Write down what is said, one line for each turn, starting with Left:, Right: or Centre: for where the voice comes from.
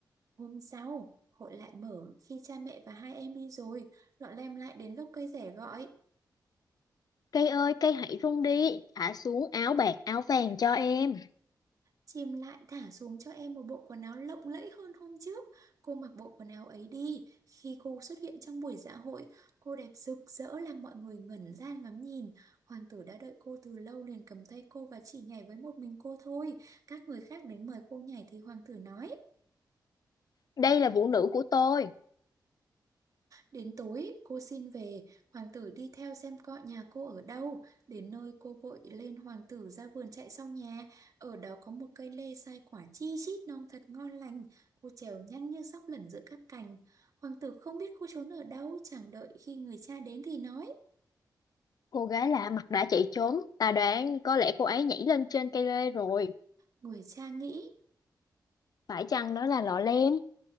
Right: Hôm sau, hội lại mở khi cha mẹ và hai em đi rồi, lọn lem lại đến gốc cây rẻ gọi.
Left: Cây ơi, cây hãy rung đi, thả xuống áo bạc áo vàng cho em.
Right: Chim lại thả xuống cho em một bộ quần áo lộng lẫy hơn hôm trước. Cô mặc bộ quần áo ấy đi. Khi cô xuất hiện trong buổi dạ hội, cô đẹp rực rỡ làm mọi người ngẩn ra ngắm nhìn. Hoàng tử đã đợi cô từ lâu liền cầm tay cô và chỉ nhảy với một mình cô thôi. Các người khác đến mời cô nhảy thì hoàng tử nói.
Left: Đây là vũ nữ của tôi.
Right: Đến tối, cô xin về, hoàng tử đi theo xem coi nhà cô ở đâu. Đến nơi cô vội lên hoàng tử ra vườn chạy sau nhà. Ở đó có một cây lê sai quả chi chít non thật ngon lành. Cô trèo nhanh như sóc lẩn giữa các cành. Hoàng tử không biết cô trốn ở đâu, chẳng đợi khi người cha đến thì nói.
Left: Cô gái lạ mặt đã chạy trốn, ta đoán có lẽ cô ấy nhảy lên trên cây lê rồi.
Right: Người cha nghĩ
Left: Phải chăng đó là lọ lem?